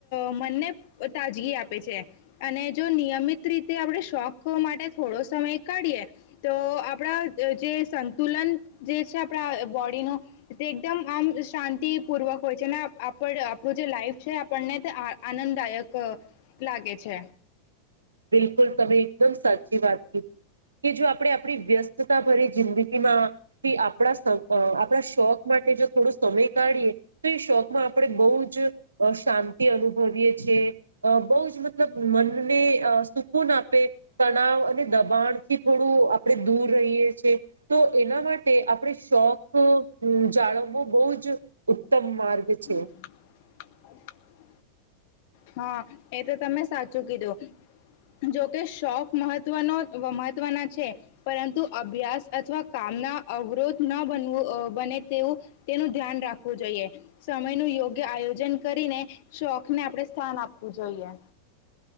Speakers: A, on the left; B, on the right.
A: મનને તાજ આપે છે, અને જો નિયમિત રીતે આપણે શોખ માટે થોડો સમય કાઢીએ તો આપણા જે સંતુલન જે છે, આપણા બો એનો એકમ આમ શાંતિ પૂર્વક હોય છે, આપણું જે લાઈફ છે આપણને આનંદદાયક લાગે છે
B: બિલકુલ, તમે એકદમ સાચી વાત કી કે જો આપણે આપણી વ્યસ્તતા ભરી જિંદગીમાંથી આપણા આપણા શોખ મા જો થોડો સમય કાઢીએ, તો એ શોખમાં આપણે બહ જ શાંતિ અનુભવીએ છી બહ જ મતલબ, મનને સુકૂન આપે તણાવ અને દબાણ થી થોડું આપણે દૂર રહીએ છીએ તો તો એના માટે આપણે શોખ જાળવવો બહુ જ ઉત્તમ માર્ગ છે.
A: <inaudible> હા, એ તો તમે સાચું કીધું જોકે શોખ મહત્વનો મહત્વના છે, પરંતુ અભ્યાસ અથવા કા ના અવરોધ ન બનવ બને તેવું તેનું ધ્યાન રાખવું જોઈએ, સમય ન યોગ આયોજન કરીને શોખને આપણે સ્થાન આપવું જોઈએ